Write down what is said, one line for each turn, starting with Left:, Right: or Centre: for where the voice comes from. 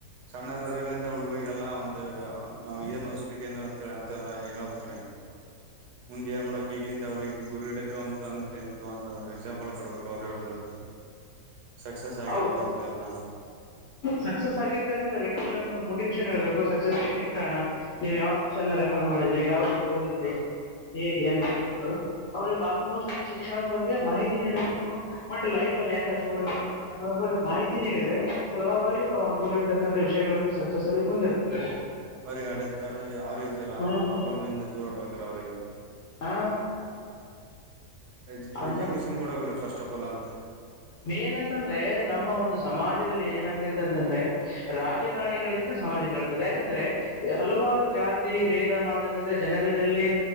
Right: ಸಣ್ಣರದಗಳಿಂದ ಹುಡುಗರಿಗೆಲ್ಲ ಒಂದು ನಾವು ಏನ್ ಓದಿಸ್ಬೇಕ ಏನ ಳ ಅಂತೆ ಎಲ್ಲ ಹೇಳಳ್ಬೇಕ್ರೀ. ಮುಂದೆ ಏನ್ ಮಾಡಕ್ ಈಗ್ಲಿಂದ ಅವ್ರಿಗೆ ಗುರು ಇಡಕ ಅಂತ ಅಂತ ಎಂತ ಒಂದು ಎಕ್ಸಾಂಪಲ್ ಕೊಡ್ಬೇಕ ಅವ್ರ ಅವ್ರ್ದು ಸಕ್ಸಸ್ ಆಗಿರ್ದ
Left: ಅವು
Right: ಅವ್ರ್ದಲ್ಲ
Left: ಸಕ್ಸಸ್ ಆಗಿರ್ತಕ್ಕಂಥ ವ್ಯಕ್ತಿಗಳುಗಂತ ಮೋಟಿವೇಷನ್ ಹೇಳ್ಬೇಕು, ಸಕ್ಸಸ್ ಏನ್ ಕಾರಣ ನೀವು ಯಾವಪ್ಷ ಫರ್ ಮಾಡಿದ್ರೆ ಯಾವ ರೀತಿ ಓದಿದ್ರೆ ಹೇಗೆ ಅಂತ ಹೇಳಿ ಅವ್ರಗ ಆಲ್ಮೋಸ್ಟ್ ಶಿಕ್ಷಣದ ಬಗ್ಗೆ ಮಾಹಿತಿ ನೀಡಬೇಕು ಬಟ್ ಲೈಫ್ ಅಲ್ಲಿ ಹೆಂಗ್ ಅಚೀವ್ಮೆಂಟ್ ಅನ್ನೋದ ಬಗ್ಗೆ ಮಾಹತಿ ನಿಡಿದ್ರೆ ಸರಳವಾಗಿ ತಾವಾವು ಅನ್ಕೊಂಡಿರ್ತಕ್ಕಂಥ ವಿಷಯಗಳನ್ನು ಸಕ್ಸಸ್ ಅಲ್ಲಿ ಮುಂದೆ ಹೋಗ್ತಾರೆ
Right: ಅವ್ರಿಗೆ ಅಡೆತಡೆ ಅವ್ರಿಗೆ ಜರ
Left: ಹ್ಮ್
Right: ಪ್ರಾಬ್ಲಮ್ ನಿಂದ ದೂರ ಆಡ್ಬೇಕಾರ ಅವ್ರಿಗೆ
Left: ಹಾ
Right: ಎಜ್
Left: ಅಂದ
Right: ಎಜುಕೇಶನ್ ಕೊಡಬೇಕರು ಫಸ್ಟ್ ಆಫ್ ಆಲ್ ಅಂದ್ರ
Left: ಮೇನ್ ಅಂತಂದ್ರೆ ನಮ್ಮ ಒಂದು ಸಮಾಜದಲ್ಲಿ ಏನಾಗ್ತತೆ ಅಂತಂದ್ರೆ ರಾಜಕಾರಣಿಗಳಿಂತ ಸಮಾಜಕ್ಕೆ ಯಾಕಂದ್ರೆ ಹಲವಾರು ಜಾತಿ ಭೇದ ಮಾಡ್ತಕ್ಕಂಥ ಜನರಿನಲ್ಲಿ